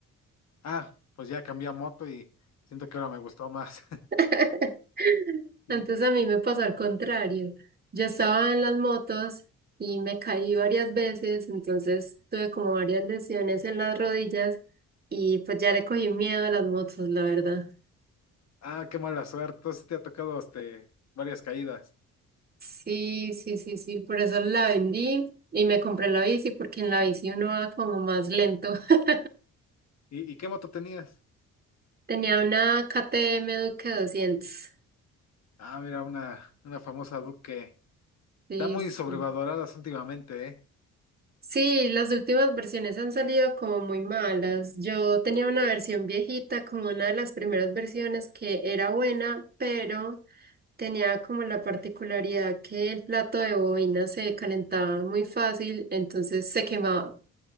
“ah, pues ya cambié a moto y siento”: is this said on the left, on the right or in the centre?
Left